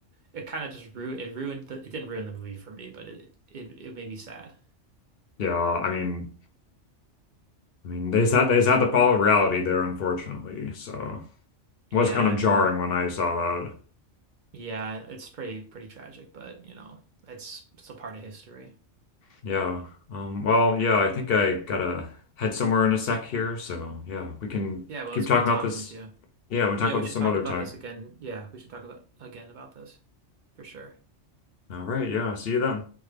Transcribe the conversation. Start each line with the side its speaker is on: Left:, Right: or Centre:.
Right: it kind of just ruined it ruined the it didn't ruin the movie for me, but it it it made me sad.
Left: yeah, I mean I mean, they just had they just had to follow reality there, unfortunately. So it
Right: Yeah,
Left: was kind of
Right: I
Left: jarring
Right: mean,
Left: when I saw that.
Right: yeah, it's pretty pretty tragic, but you know, it's it's a part of history.
Left: Yeah. Um, well, yeah, I think I gotta head somewhere in a sec here. So yeah, we can
Right: Yeah, well,
Left: keep
Right: it's
Left: talking
Right: great talking
Left: about this.
Right: with you.
Left: Yeah, we can talk
Right: Yeah,
Left: about
Right: we
Left: this
Right: should
Left: some
Right: talk
Left: other
Right: about
Left: time.
Right: this again. Yeah, we should talk about again about this for sure.
Left: All right, yeah, see you then.